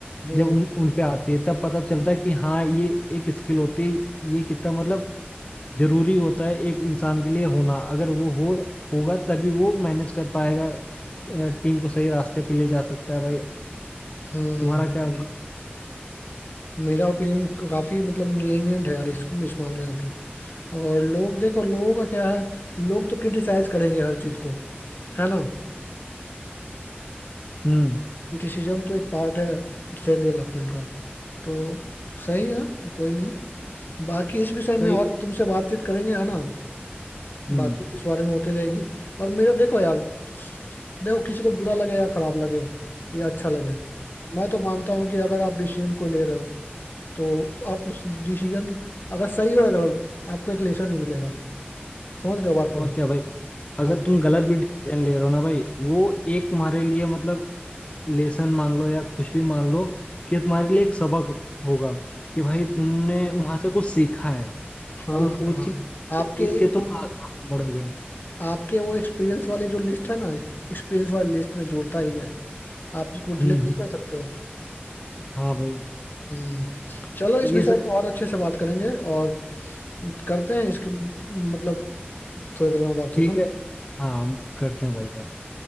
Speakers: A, on the left; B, on the left.
A: हम्म
B: जब उन उन पे आती है तब पता चलता है कि हाँ ये एक स्किल होती है ये कितना मतलब जरूरी होता है एक इंसान के लिए होना अगर वो हो होगा तभी वो मैनेज कर पाएगा अ, टीम को सही रास्ते पे ले जा सकता है भाई
A: हम्म हम्म।
B: तुम्हारा क्या
A: मेरा ओपिनियन काफी मतलब lenient है यार इस, इस मामले में भी और लोग देखो लोगों का क्या है लोग तो क्रिटिसाइज करेंगे हर चीज को है ना
B: हम्म
A: क्रिटिसिज्म तो एक पार्ट है सेल्फ डेवलपमेंट का तो सही है कोई नहीं बाकी इस विषय में
B: भाई
A: और तुमसे बातचीत करेंगे है ना
B: हम्म
A: बातचीत इस बारे में होती रहेगी और मेरा देखो यार देखो किसी को बुरा लगे या खराब लगे या अच्छा लगे मैं तो मानता हूँ कि अगर आप डिसीजन कोई ले रहे हो तो आप उस डिसीजन अगर सही हो या गलत आपको एक लेसन ही मिलेगा समझ रहे हो बात को
B: और क्या भाई अगर
A: हम्म
B: तुम गलत भी डिसीजन ले रहे हो ना भाई वो एक तुम्हारे लिए मतलब लेसन मान लो या कुछ भी मान लो कि ये तुम्हारे लिए एक सबक होगा कि भाई
A: हम्म,
B: तुमने वहां से कुछ सीखा है
A: हाँ
B: और
A: हाँ
B: वो चीज
A: हाँ आपके
B: सीख के तुम
A: वो
B: आगे बढ़ोगे
A: आपके वो एक्सपीरियंस वाली जो लिस्ट है ना एक्सपीरियंस वाली लिस्ट में जोड़ता ही है आप उसको डिलीट
B: हम्म
A: नहीं
B: हम्म
A: कर सकते हो
B: हाँ भाई
A: हम्म चलो इस
B: ये
A: विषय
B: सब
A: पर और अच्छे से बात करेंगे और करते हैं इसके मतलब थोड़ी देर में बातचीत
B: ठीक
A: है ना
B: है हाँ हम करते हैं भाई बात